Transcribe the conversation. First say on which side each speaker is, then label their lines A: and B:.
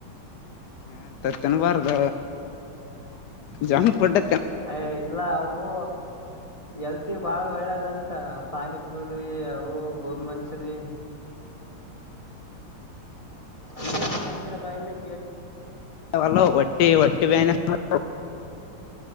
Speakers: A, on the left; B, on the left.
A: ಹಂತದ್ ತಿನ್ನಬಾರದ........ ಜಾಮಪಡ್ಟ್ಟ
B: ಅಯ್ ಇಲ್ಲ ಅವು. ಎಲ್ತಿ ಬಾಳ ಒಳ್ಳೇದಂತ ಪಾನಿಪುರಿ ಅವು ಗೋಬಿ ಮಂಚೂರಿ. ಯೇ ಮಂತ್ರ ಬಯಲ್ಲಿ.
A: ಹಲೋ ಒಟ್ಟಿ ಒಟ್ಟಿ ಬನ್ಯ ಹತ್ತ